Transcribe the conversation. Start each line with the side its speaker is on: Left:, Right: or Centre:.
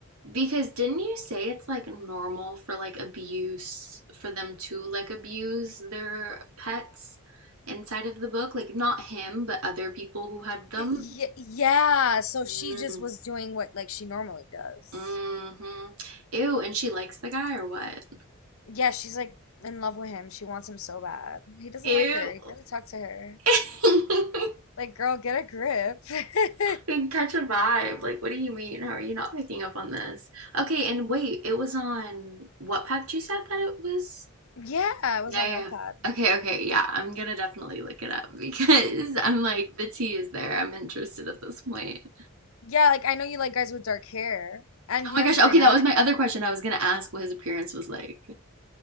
Right: Because didn't you say it's like normal for like abuse for them to like abuse their pets inside of the book? Like not him, but other people who had them.
Left: Y- y- yeah so
Right: Mm,
Left: she just was doing what like she normally does
Right: hmm Ew, and she likes the guy or what?
Left: Yeah, she's like in love with him. She wants him so bad. He doesn't
Right: Ew.
Left: like her. He barely talks to her.
Right: <laughs>
Left: Like, girl, get a grip.
Right: Can
Left: <laughs>
Right: Catch a vibe. Like, what do you mean? How are you not picking up on this? Okay, and wait, it was on what path you said that it was?
Left: Yeah, it
Right: Yeah,
Left: was on
Right: yeah.
Left: Wattpad.
Right: yeah. Okay, okay. Yeah, I'm gonna definitely look it up because <laughs> I'm like the tea is there. I'm interested at this point.
Left: Yeah, like I know you like guys with dark hair, and
Right: Oh
Left: he
Right: my
Left: has
Right: gosh.
Left: green
Right: Okay, that
Left: eyes.
Right: was my other question. I was gonna ask what his appearance was like.